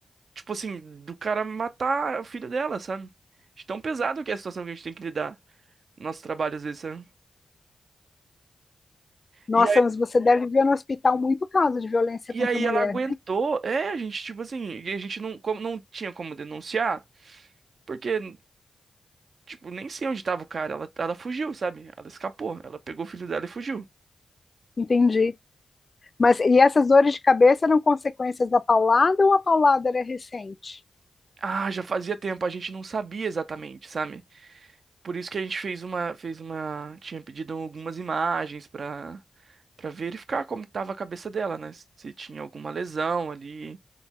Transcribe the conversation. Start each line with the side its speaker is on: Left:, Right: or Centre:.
Right: tipo assim, do cara matar o filho dela, sabe? De tão pesado que é a situação que a gente tem que lidar no nosso trabalho às vezes, sabe?
Left: Nossa,
Right: E
Left: mas você deve ver no hospital muito caso de violência
Right: E
Left: contra
Right: aí
Left: a mulher.
Right: ela aguentou. É, a gente, tipo assim, e a gente não, como, não tinha como denunciar, porque, tipo, nem sei onde tava o cara. Ela, ela fugiu, sabe? Ela escapou. Ela pegou o filho dela e fugiu.
Left: Entendi. Mas e essas dores de cabeça eram consequências da paulada ou a paulada era recente?
Right: Ah, já fazia tempo, a gente não sabia exatamente, sabe? Por isso que a gente fez uma, fez uma, tinha pedido algumas imagens pra, pra verificar como tava a cabeça dela, né? Se tinha alguma lesão ali.